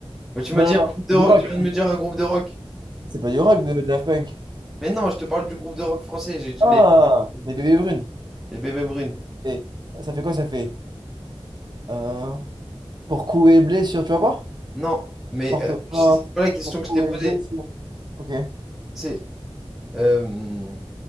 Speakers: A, in the centre; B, on the right.
A: Bah, tu
B: Non,
A: m'as dit
B: non,
A: un
B: non,
A: groupe de
B: c'est
A: rock,
B: du rock.
A: tu viens de me dire un groupe de rock.
B: C'est pas du rock, de Daft Punk.
A: Mais non, je te parle du groupe de rock français, j'ai j'ai
B: Ah,
A: les, <laughs>
B: les bébés brunes.
A: les Bébés Brunes.
B: Et ça fait quoi? Ça fait euh, pour coups et blessure, tu vois pas?
A: Non, mais
B: Porte
A: euh,
B: plainte
A: c'est pas la question
B: pour
A: que
B: coups
A: je t'ai posée.
B: et blessure. Ok.
A: C'est Euh,